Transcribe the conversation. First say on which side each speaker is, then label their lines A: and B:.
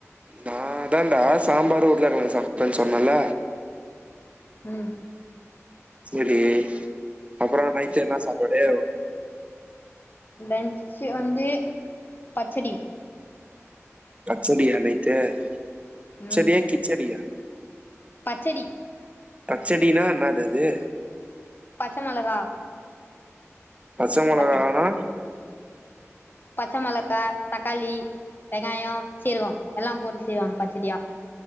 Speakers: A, on the right; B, on the left.
A: நா அதான்டா சாம்பாரு உருளக்கிழகு சாப்டேன் சொன்னல்ல
B: ம்
A: செரி அப்பற நைட்டு என்ன சாப்பாடு
B: லன்ச்சு வந்து பச்சடி
A: பச்சடியா நைட்டு பச்சடியா
B: ம்
A: கிச்சடியா
B: பச்சடி
A: பச்சடினா என்னாது அது
B: பச்ச மொளகா
A: பச்ச மொளகானா
B: பச்சடி பச்ச மொளகா தக்காளி வெங்காய சீரக எல்லாம் போட்டு செய்வாங்க பச்சடியா